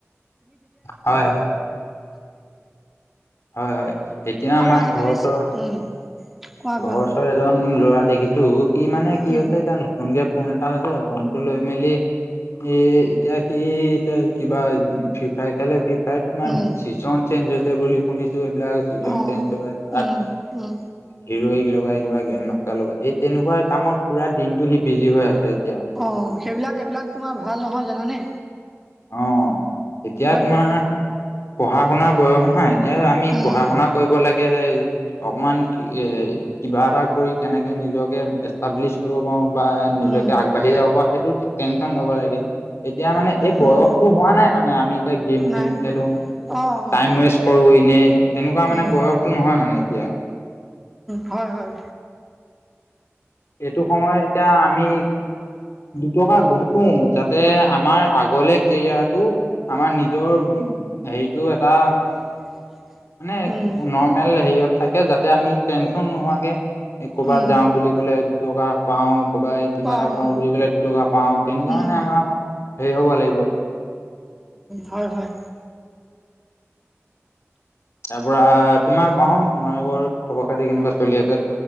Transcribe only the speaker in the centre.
আৰু
আজিকালি
উম কোৱা
কোৱা
উম,
উম,
অ',
উম, উম,
অ সেইবিলাক এইবিলাক তোমাৰ ভাল নহয় জানা নে?
বৰ
উম,
উম,
উম।
নাই
অ
অ
উম
হয় হয়।
<inaudible>
উম
উম
পাওঁ
উম
হয় হয়।